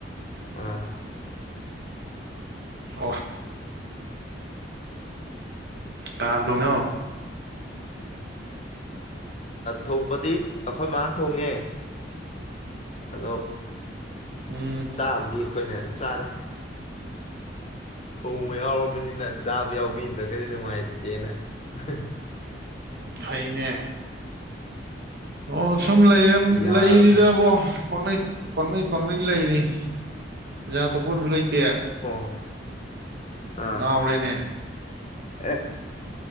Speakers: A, on the left (about 35°); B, on the right (about 55°).
A: ꯑ
B: ꯋꯥ ꯀꯥꯥꯟ ꯇꯣꯡꯉꯣ
A: ꯊꯣꯡꯄꯗꯤ ꯑꯩꯈꯣꯏ ꯃꯥꯥꯟ ꯊꯣꯡꯉꯦ ꯍꯜꯂꯣ
B: ꯎꯝ
A: ꯆꯥꯕꯗꯤꯣ ꯑꯩꯈꯣꯏꯅ ꯑꯗꯨꯝ ꯆꯥꯔꯦ ꯊꯣꯡꯧꯕ ꯌꯥꯎꯔꯕꯅꯤꯅ ꯆꯥꯕ ꯌꯥꯎꯕꯤ ꯑꯗꯨꯒꯗꯤꯉꯥꯏꯇꯦꯅ <unintelligible>
B: ꯐꯩꯅꯦ ꯑꯣ ꯁꯨꯝ
A: ꯌꯥꯕꯅꯦ
B: ꯂꯩꯔꯤꯗꯕꯣ ꯄꯥꯡꯅꯩ ꯄꯥꯡꯅꯩ ꯄꯥꯡꯅꯩ ꯂꯩꯔꯦꯖꯥ ꯊꯣꯛꯣꯛꯄ ꯑꯝꯨ ꯂꯩꯇꯦ
A: ꯑꯣ ꯑꯥ
B: ꯉ ꯍꯧꯔꯦꯅꯦ
A: ꯑꯦ